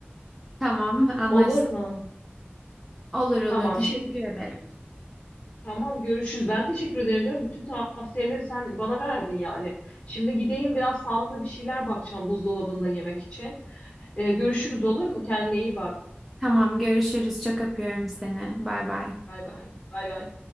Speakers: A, in the centre; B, on the left (about 40°).
A: Tamam, anlaştık.
B: Olur mu?
A: Olur olur.
B: Tamam.
A: Teşekkür
B: Şimdi
A: ederim.
B: Tamam görüşürüz. Ben teşekkür ederim canım. Bütün tavsiyeleri sen bana verdin yani. Şimdi gideyim biraz sağlıklı bir şeyler bakacağım buzdolabında yemek için. Ee, görüşürüz olur mu? Kendine iyi bak.
A: Tamam, görüşürüz. Çok öpüyorum seni. Bay bay.
B: Bay bay. Bay bay.